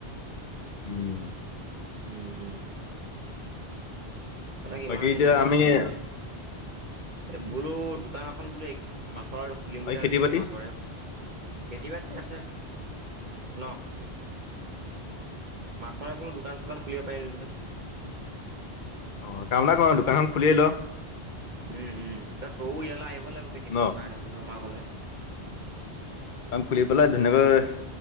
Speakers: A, on the left; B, on the right.
A: উম,
B: উম উম তাক
A: বাকী
B: ইমান
A: এতিয়া
B: ইমান
A: আমি
B: হেৰি নহয় এ বোলো দোকান এখন বোলে মাছৰ খুলিম বুলি
A: এই খেতি
B: ভাবিছিলো
A: বাতি
B: মাছৰে খেতি বাতি আছে ন মাছৰে বোলো দোকান চোকান খুলিব পাৰিলোহেঁতেন
A: অ কাম এটা কৰা দোকানখন
B: মাছটো
A: খুলিয়ে ল
B: উম উম ত তও ইয়ালৈ আহিব লাগিব কেইদিনমানৰ
A: ন
B: কাৰণে বোলো আমাৰ ঘৰলে
A: অ খুলি পেলাই ধুনীয়াকৈ